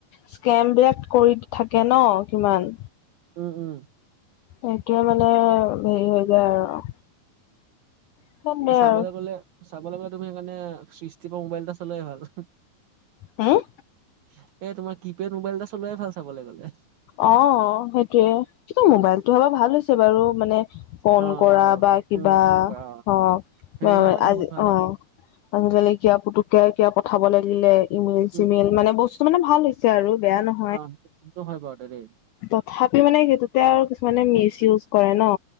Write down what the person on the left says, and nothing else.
স্কেম বিলাক কৰি থাকে ন কিমান।
এইটোয়ে মানে হেৰি হৈ যায় আৰু। ইমান বেয়া
আৰু
হোম',
অওওও', সেইটোয়ে, কিন্তু মোবাইলটো হ'লে ভাল হৈছে বাৰু মানে', ফোন
কৰা
বা কিবা
অ', -অ',
মে', -মে',
আজি
অ',
অনজালিকা, পুতুককে কিয় পঠাব লাগিলে ইমেইল চিমেইল
মানে বস্তু কিছো মানে ভাল হৈছে আৰু বেয়া নহ
তথাপিও মানে সেইটোতে আৰু কিছুমানে মিচ ইউজ কৰে ন।